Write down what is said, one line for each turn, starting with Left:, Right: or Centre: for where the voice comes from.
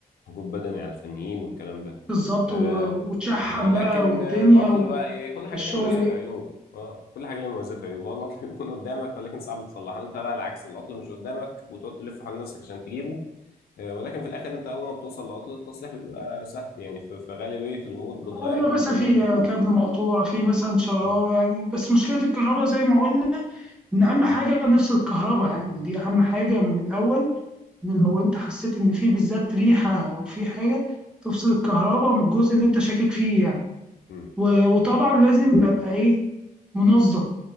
Left: مجهود بدني على الفنيين والكلام ده
Centre: بالظبط
Left: آه
Centre: و- وتشحم
Left: ولكن
Centre: بقى والدنيا
Left: آه، العطل
Centre: و-
Left: بقى ايه كل حاجه
Centre: والشغل
Left: ليها مميزات وعيوب اه كل حاجه ليها مميزات وعيوب هو العطل <laughs> بيكون قدامك ولكن صعب تصلحه انت بقى العكس العطل مش قدامك وتقعد تلف حول نفسك عشان تجيبه آه، ولكن في الاخر انت اول ما بتوصل لعطل التصليح بيبقى سهل يعني في في غالبيه الامور بتغير
Centre: أو بيبقى
Left: كومبوننت
Centre: مثلا في
Left: بكومبوننت
Centre: كابل مقطوع في مثلا شرارة
Left: اه
Centre: يعني بس مشكلة الكهرباء زي ما قلنا إن أهم حاجة نفصل الكهرباء يعني دي أهم حاجة من الأول ان لو انت حسيت ان في بالذات ريحه او في حاجه تفصل الكهرباء من الجزء اللي انت شاكك فيه يعني
Left: امم
Centre: و- وطبعا لازم ابقى ايه منظم